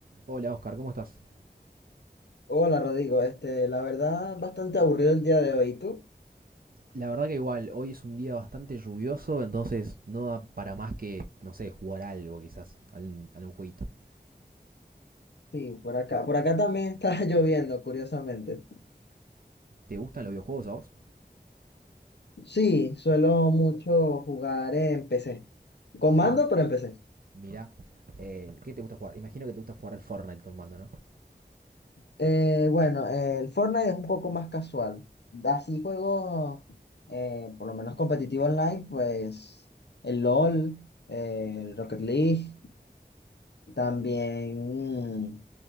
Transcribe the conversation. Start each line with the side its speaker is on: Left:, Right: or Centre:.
Right: Hola Oscar, ¿cómo estás?
Left: Hola Rodrigo, este, la verdad, bastante aburrido el día de hoy. ¿Y tú?
Right: La verdad que igual, hoy es un día bastante lluvioso, entonces no da para más que, no sé, jugar algo quizás, algún, algún jueguito.
Left: Sí, por acá. Por acá también está <laughs> lloviendo, curiosamente.
Right: ¿Te gustan los videojuegos a vos?
Left: Sí, suelo mucho jugar en PC. Con mando,
Right: Ah,
Left: pero en PC.
Right: mirá. Eh, ¿qué te gusta jugar? Imagino que te gusta jugar al Fortnite con mando, ¿no?
Left: Eh, bueno, eh, el Fortnite es un poco más casual. Así juegos, eh, por lo menos competitivo online, pues el LOL, eh, el Rocket League, también mm,